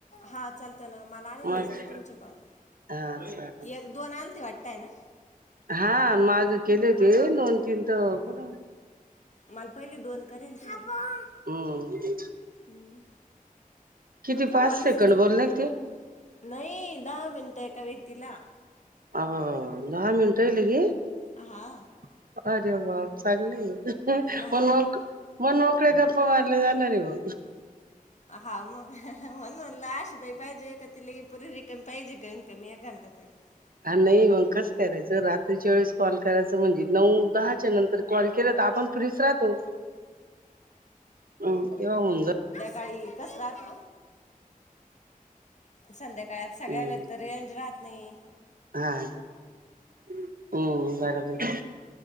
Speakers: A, on the left; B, on the right.
A: हा चालतं ना मला आलेलेच
B: माझे
A: नाही तुमचे कॉल
B: हा चालेल
A: एक दोन आलती वाटताय ना.
B: हा माग केले होते दोन तीन तर कुड.
A: माल पहिले दोन करेल तिनी
B: हम्म
A: <inaudible>
B: किती
A: पॉलिसीच
B: पाच सेकंड
A: पाच
B: बोलले
A: सेकंद
B: ते
A: बोलले नाही दहा मिनट एका व्यक्तीला
B: अबबब दहा मिनटं इ लगे
A: हा
B: जेव्हा चालली
A: हा
B: मन मोक मन मोकळे गप्पा मारले जाणार हो
A: हा मग मग म्हण म्हणलं अशी बाई पाहिजे का तिल हि परी रिकामी पाहिजे कमी कमी घंटा तरी
B: हा नाही मग कस करायचं रात्रीच्या वेळेस कॉल करायच म्हणजे नऊ दहाच्या नंतर कॉल केला तर आपण फ्रीच राहतो तेव्हा होऊन जा
A: काळी कस राहत संध्या कळ्यात सगळ्या
B: हम्म
A: तर रेंज राह नई
B: हा हम्म बरोबर